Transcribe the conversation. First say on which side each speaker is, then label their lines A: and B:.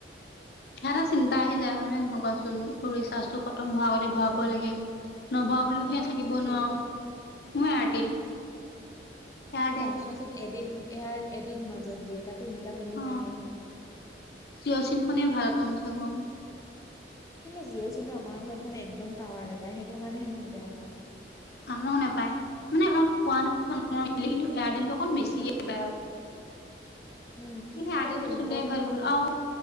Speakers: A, on the left; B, on the left.
A: কিবা এটা চিন্তা আহি যায় হয় নে নহয় কোৱাচোন ৰিচাৰ্জটো খতম হোৱাৰ আগতে ভৰাবই লাগে নভৰা, বোলো
B: তোমাৰ
A: সেই থাকিব
B: কি চিম
A: নোৱাৰোঁ, মোৰো এয়াৰটেল। এয়াৰটেল
B: অ'চোৱাচোন এদিন এয়াৰ এদিন মাজত দিয়ে তাকো ইনকামিং টো
A: অ'।
B: নাইকিয়া হৈ যায়।
A: জিঅ' চিম খনেই ভাল কমচেকম।
B: কিন্তু জিঅ' চিমে আমাৰ ঘৰত মানে একদম টাৱাৰ নেপায় সেইটো কাৰণেহে মই বেয়া পাওঁ।
A: আমাৰো নাপায় মানে পোৱা নোপোৱা কিন্তু এয়াৰটেলটো অকণ বেছিকে পায় আৰু।
B: উম,
A: সি এয়াৰটেলটো
B: কিবা এটা ইম্পৰ্টেণ্ট
A: চলোৱাই ভাল
B: কামত
A: বুলো আও।